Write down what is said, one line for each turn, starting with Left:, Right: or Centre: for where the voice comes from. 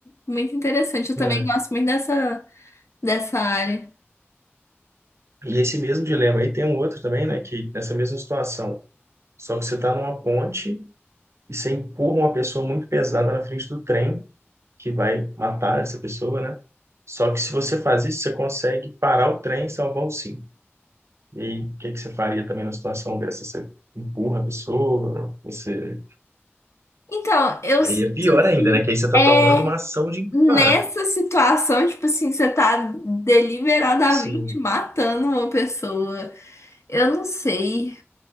Left: muito interessante. Eu
Right: né?
Left: também gosto muito dessa, dessa área.
Right: E esse mesmo dilema aí tem um outro também, né? Que nessa mesma situação, só que você está numa ponte e você empurra uma pessoa muito pesada na frente do trem que vai matar essa pessoa, né? Só que se você faz isso, você consegue parar o trem e salvar os cinco. E o que que você faria também numa situação dessa? Você empurra a pessoa, você...
Left: Então, eu
Right: Aí
Left: sinto
Right: é pior ainda,
Left: que.
Right: né? Que aí você está
Left: É.
Right: tomando uma ação de empurrar.
Left: Nessa situação, tipo assim, você tá deliberadamente
Right: Sim.
Left: matando uma pessoa. Eu não sei.